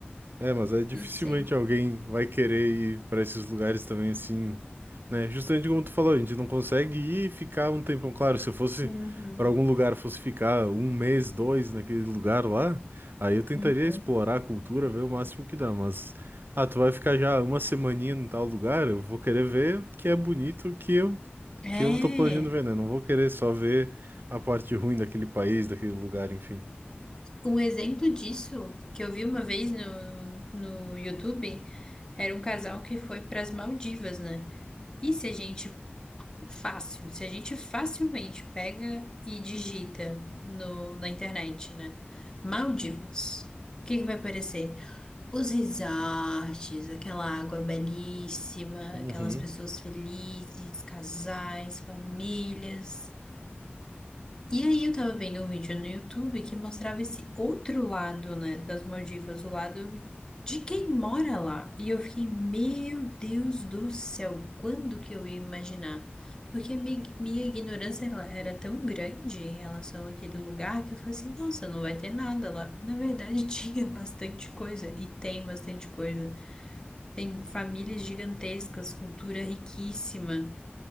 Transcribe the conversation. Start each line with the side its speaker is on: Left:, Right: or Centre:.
Right: É, mas é dificilmente
Left: Não sei.
Right: alguém vai querer ir para esses lugares também assim, né? Justamente como tu falou, a gente não consegue ir e ficar um tempão. Claro, se eu fosse
Left: Uhum,
Right: para algum lugar, fosse ficar um mês, dois naquele lugar lá, aí eu tentaria
Left: uhum.
Right: explorar a cultura, ver o máximo que dá. Mas, ah, tu vai ficar já uma semaninha em tal lugar, eu vou querer ver o que é bonito, o que eu,
Left: É.
Right: que eu tô planejando ver, né? Não vou querer só ver a parte ruim daquele país, daquele lugar, enfim.
Left: Um exemplo disso que eu vi uma vez no, no YouTube era um casal que foi para as Maldivas, né? E se a gente fácil, se a gente facilmente pega e digita no, na internet, né? Maldivas. O que que vai aparecer? Os resorts, aquela água belíssima,
Right: Uhum.
Left: aquelas pessoas felizes, casais, famílias. E aí eu tava vendo um vídeo no YouTube que mostrava esse outro lado, né, das Maldivas, o lado de quem mora lá. E eu fiquei, meu Deus do céu, quando que eu ia imaginar? Porque mi- minha ignorância ela era tão grande em relação àquele lugar que eu falei assim, nossa, não vai ter nada lá. Na verdade, <laughs> tinha bastante coisa e tem bastante coisa. Tem famílias gigantescas, cultura riquíssima.